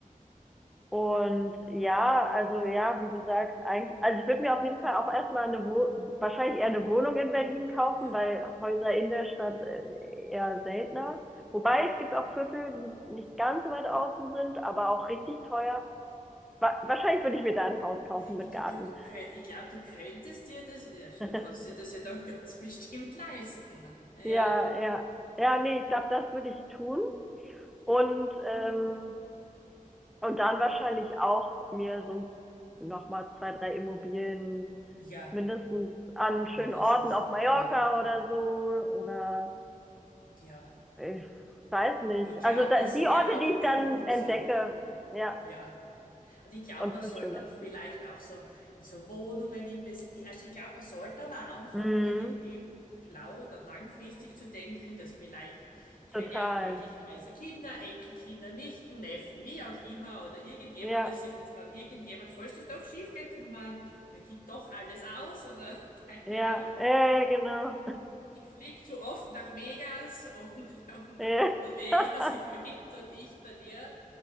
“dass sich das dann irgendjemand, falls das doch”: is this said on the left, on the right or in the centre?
Left